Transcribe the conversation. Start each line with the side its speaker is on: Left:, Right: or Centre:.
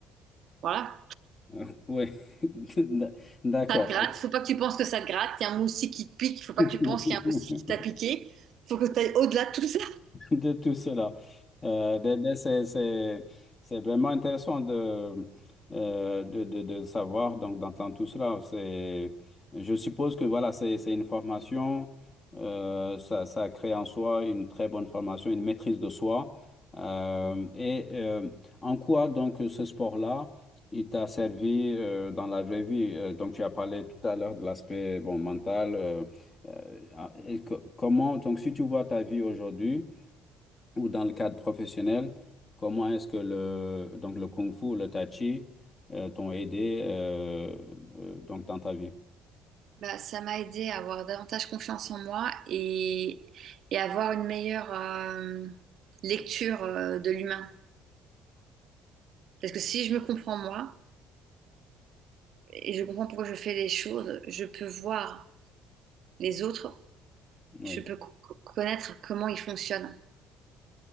Right: voilà.
Left: <laughs> oui, <laughs> d'accord.
Right: Ça te gratte, faut pas que tu penses que ça te gratte, il y a un moustique qui te pique, faut pas
Left: <laughs>
Right: que tu penses qu'il y a un moustique qui t'a piqué, faut que tu ailles au-delà de tout ça.
Left: <laughs> de tout cela. Euh, ben, ben, c'est, c'est- c'est vraiment intéressant de, euh, de, de- de savoir, donc d'entendre tout cela. C'est, je suppose que voilà, c'est, c'est une formation, euh, ça, ça crée en soi une très bonne formation, une maîtrise de soi. Euh,
Right: <laughs>
Left: et euh, en quoi donc ce sport-là, il t'a servi euh, dans la vraie vie? Euh, donc tu as parlé tout à l'heure de l'aspect bon, mental. euh, euh, et co- comment, donc si tu vois ta vie aujourd'hui, ou dans le cadre professionnel, comment est-ce que le, donc le Kung Fu, le Tai Chi, euh, t'ont aidé euh, euh, donc dans ta vie?
Right: Bah, ça m'a aidé à avoir davantage confiance en moi et, et avoir une meilleure euh, lecture euh, de l'humain. Parce que si je me comprends moi, et je comprends pourquoi je fais les choses. Je peux voir les autres,
Left: Oui,
Right: je peux co- connaître comment ils fonctionnent.